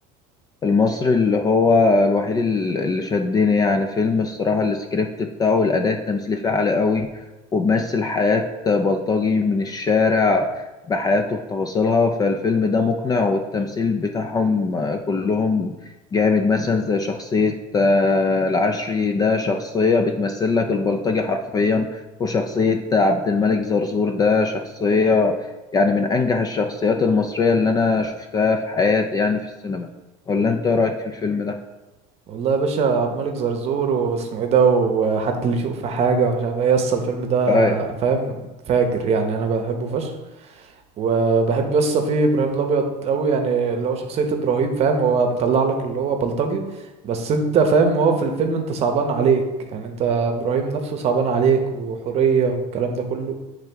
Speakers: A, on the left (about 20°); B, on the right (about 35°).
A: المصري اللي هو الوحيد ال- اللي شدني يعني فيلم الصراحة السكريبت بتاعه والأداء التمثيلي فيه عالي قوي وبيمثل حياة بلطجي من الشارع بحياته بتفاصيلها فالفيلم ده مقنع والتمثيل بتاعهم آه، كلهم جامد مثلا زي شخصية آه، العشري ده شخصية بتمثل لك البلطجي حرفيا وشخصية عبد الملك زرزور ده شخصية يعني من أنجح الشخصيات المصرية اللي أنا شفتها في حياتي يعني في السينما ولا انت إيه رايك في الفيلم ده
B: والله يا باشا عبد الملك زرزور واسمه ايه ده وحد اللي يشوف في حاجه ومش عارف ايه اصل الفيلم ده
A: اي
B: فاهم فاجر يعني انا بحبه فشخ وبحب يسطا فيه ابراهيم الابيض قوي يعني اللي هو شخصيه ابراهيم فاهم هو مطلع لك اللي هو بلطجي بس انت فاهم هو في الفيلم انت صعبان عليك يعني انت ابراهيم نفسه صعبان عليك وحوريه والكلام ده كله